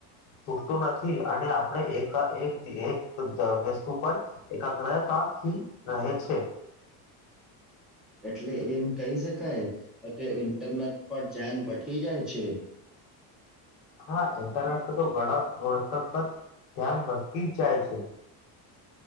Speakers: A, on the left; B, in the centre.
A: તૂટતું નથી અને આપણે એક એક વસ્તુ પર એક ક્રતાથી રહે છે.
B: એટલે એમ કહી શકાય કે ઇન્ટરનેટ પર ધ્યાન બ ક જાય છે.
A: હા ઇન્ટરનેટ પર તો ઘણા વખખત ધ્યાન ભદકી જ જાય છે. <inaudible>